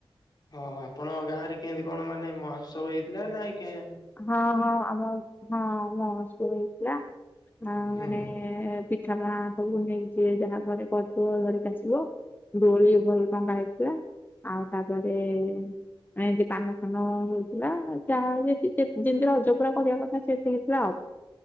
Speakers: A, on the left; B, on the left.
A: ହଁ, ଆପଣଙ୍କ ଗାଁ ରେ କେଁତି କଣ ମାନେ ମହୋତ୍ସବ ହେଇଥିଲା! ନା କେଁ
B: ହଁ, ହଁ, ଆମ ହଁ ମହସୁ ହେଇଥିଲା। ନାଁ,
A: ହୁଁ
B: ମାନେ-ଏ ପିଠା ପଣା ସବୁ ନେଇ ଯିଏ ଯାହା ଘରେ କହିଥିବ ଧରିକି ଆସିବ। ଦୋଳି ଭଲ ଟଙ୍ଗା ହେଇଥିଲା। ଆଉ ତା'ପରେ ଏଁତି କାନ ଫାନ ହଉଥିଲା। ଯାହା ଯେତି ସେ, ଯେମିତି ରଜ ପୁରା କରିବା କଥା ସେତିକି ଥିଲା ଆଉ।